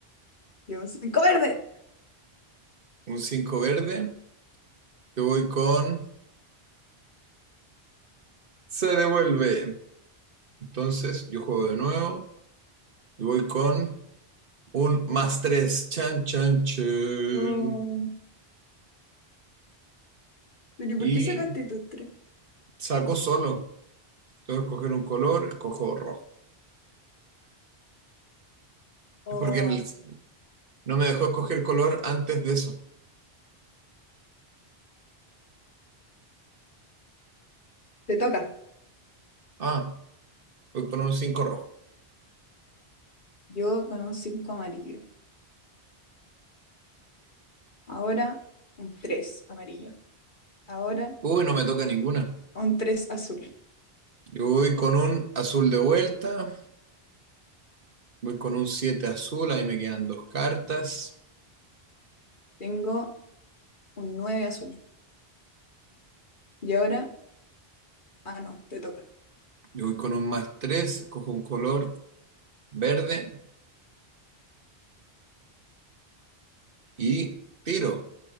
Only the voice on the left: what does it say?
Yo un 5 verde.
Oh, pero ¿y
¿por qué sacaste tu tres?
Oh,
te toca.
Yo con un 5 amarillo. Ahora un 3 amarillo. Ahora
un 3 azul.
Tengo un 9 azul. Y ahora, ah, no, te toca.